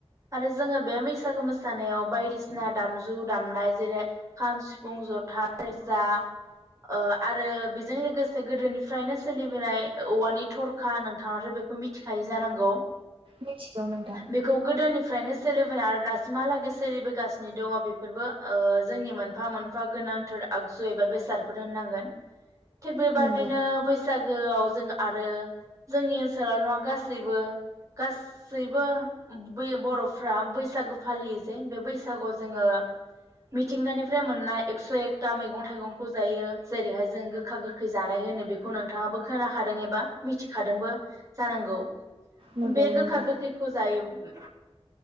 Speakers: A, on the right (about 30°); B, on the right (about 55°).
A: आरो जोङो बे बैसागु मोसानायाव बायदिसिना दामजु दामनाय जेरै खाम, सिफुं, जथा, सेरजा ओ आरो बेजों लोगोसे गोदोनिफ्रायनो सोलिबोनाय औवानि थरखा नोंथाङाथ' बेखौ मिथिखायो जानांगौ
B: मिथिगौ नोंथां
A: बेखौ गोदोनि फ्रायनो सोलिबोनाय आरो दासिमहालागै सोलिबोगासिनो दङ बेफोरबो ओ जोंनि मोनफा मोनफा गोनांथार आगजु एबा बेसादफोर होननांगोन। थिग बेबादिनो
B: नंगौ
A: बैसाग गोआव जों आरो जोंनि ओनसोलाव नङा गासैबो गासैबो बै बर'फ्रा बैसागो फालियो जे बे बैसागोआव जोङो मिथिंगानिफ्राय मोननाय एकस' एकथा मैगं थाइगंखौ जायो जेरैहाय जों गोखा गोखै जानाय होनो बेखौ नोंथाङाबो खोनाखादों एबा मिथिखादोंबो जानांगौ
B: नंगौ
A: बे गोखा
B: नोंथां
A: गोखैखौ जायोब्ला